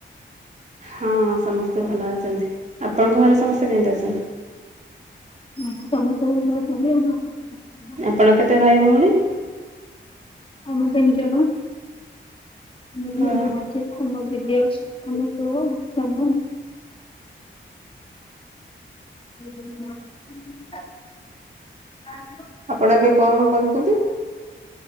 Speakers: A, on the right; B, on the left.
A: ହଁ ସମସ୍ତେ ଭଲ ଅଛନ୍ତି। ଆପଣଙ୍କ ଘରେ ସମସ୍ତେ କେମିତି ଅଛନ୍ତି?
B: ହଁ ସମସ୍ତେ ଭଲ ଅଛନ୍ତି ଆଉ।
A: ଆପଣ କେତେ ଭାଇ ଭଉଣୀ?
B: ଆମେ ତିନି ଜଣ। ମୁ
A: ହଁ
B: ହେଲି ମଝିରେ ଆମ ଦିଦି ଆଉ ଆମ ପୁଅ ସାନ। <unintelligible>
A: ଆପଣ ଏବେ କଣ କରୁଚନ୍ତି?